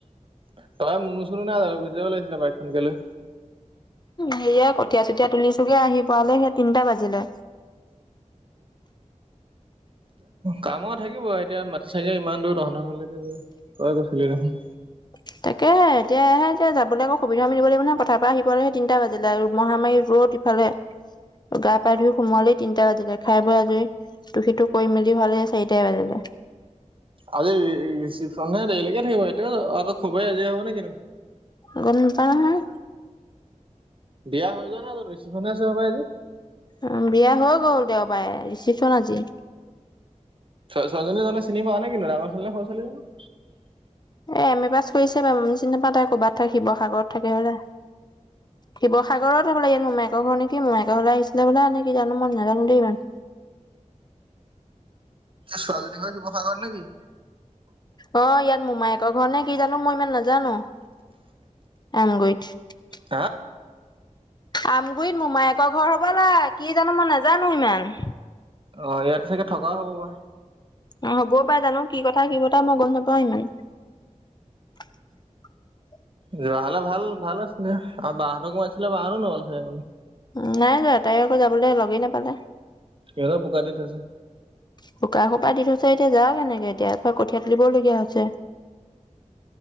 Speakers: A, on the right (about 45°); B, on the left (about 35°).
A: তই মুনু চুনা নাই, গুছি যাব লাগিছিলে বাইকখন কে লৈ।
B: সেয়া কঠীয়া চঠীয়া তুলিছোগে আহি পোৱালে সেই তিনটা বাজিলে।
A: কামো থাকিব এতিয়া মাটি চেগে ইমান দূৰ, তহঁতৰ ঘৰলৈকে গৈ তই কৈছিলি দেখোন।
B: <inaudible> তাকেহে এতিয়াহে যাবলৈ আকৌ সুবিধা মিলিব লাগিব নহয় পথাৰ পৰা আহি পোৱালেহে তিনিটা বাজিলে মহামাৰী ৰ'দ খালে গা পা ধুই সোমালেই তিনটা বাজিলে খাই বৈ আজৰি। টো সেইটো কৰি মেলি হোৱালে চাৰিটাই বাজিলে।
A: আজি ৰিচিপশ্যনহে দেৰিলৈকে থাকিব, এইটো আকৌ খুবেই আজৰি হব নে কিনু?
B: গম নাপাও নহয়।
A: বিয়া হৈ যোৱা নাই জানো, ৰিচিপশ্যনহে আছে হপাই আজি।
B: অ', বিয়া হৈ গ'ল দেওবাৰে ৰিচিপশ্যন আজি।
A: ছোৱালীজনী তহঁতে চিনি পাওঁ নে কিনো, ডাঙৰ ছোৱালী নে সৰু ছোৱালী জানো?
B: এ এম এ পাছ কৰিছে বাৰু আমি চিনি নাপাওঁ তাই ক'ৰবাত থাক শিৱসাগৰত থাকে হলে। শিৱাগৰত হ'লে ইয়াত মোমাইকৰ ঘৰ নেকি? মোমাইকৰ ঘৰলৈ আহিছিলি হ'বলা নে কি জানো, মই নাজানো দেই ইমান।
A: ছোৱালীজনী ঘৰ শিৱসাগৰত নেকি?
B: অ, ইয়াত মোমায়েকৰ ঘৰ নে কি? জানো মই ইমান নাজানো আমগুৰিত।
A: হা?
B: আমগুৰিত মোমায়েকৰ ঘৰ হবলা কি জানো মই নাজানো ইমান?
A: অ, ইয়াতে চাগে থকাও হ'ব পাৰে।
B: অ, হ'বও পাৰে জানো কি কথা, কি কথা মই গম নাপাওঁ ইমান? <inaudible>
A: যোৱাহলে ভাল-ভাল আছিলে আৰু বা হতৰ কমাইছিলে বা হটো নৱাল খো
B: উম, নাই যোৱা তাই আকৌ যাবলে লগেই নাপালে।
A: সিহতঁৰ বুকা দি থৈছে।
B: শুকা সোপা দি থৈছে এতিয়া যাওক কেনেকে এতিয়াৰা কঠিয়ীয়া তুলিবলগীয়া হৈছে।